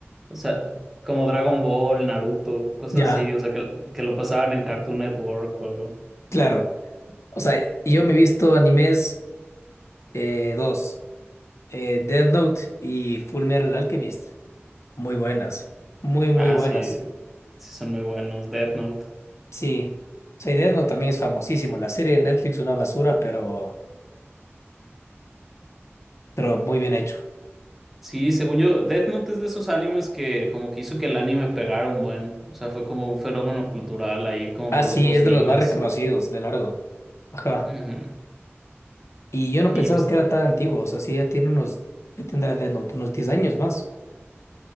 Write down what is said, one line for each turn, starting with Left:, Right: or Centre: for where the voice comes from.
Centre: O sea, como Dragon Ball, Naruto, cosas
Left: Ya,
Centre: así, o sea, que, que lo pasaban en Cartoon Network o algo.
Left: claro. O sea, y yo me he visto animes. Eh, dos, eh, Death Note y Full Metal Alchemist. Muy buenas, muy, muy
Centre: Ah,
Left: buenas.
Centre: sí, sí son muy buenos. Death Note.
Left: Sí, o sea, y Death Note también es famosísimo. La serie de Netflix es una basura, pero, pero muy bien hecho.
Centre: Sí, según yo, Death Note es de esos animes que como que hizo que el anime pegara un buen. O sea, fue como un fenómeno cultural ahí, como
Left: Ah,
Centre: por
Left: sí,
Centre: los dos
Left: es
Centre: s
Left: de los más reconocidos, de largo. Ajá.
Centre: Ujú.
Left: Y yo no
Centre: Y
Left: pensaba
Centre: pues
Left: que era tan antiguo. O sea, sí, ya tiene unos, ¿qué tendrá Death Note? Unos diez años más.